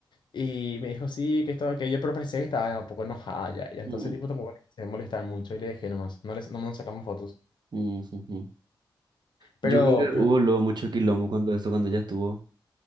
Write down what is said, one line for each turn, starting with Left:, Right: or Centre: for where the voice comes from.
Left: y me dijo sí, que estaba aquello, pero parecía que estaba un poco enojada ya, y entonces
Right: mm,
Left: tipo tampoco le quise molestar mucho y le dejé nomás, no, les, no nos sacamos fotos.
Right: mm, ujú. Yo
Left: Pero,
Right: creo que hubo
Left: pero
Right: luego mucho quilombo cuando eso, cuando ella estuvo.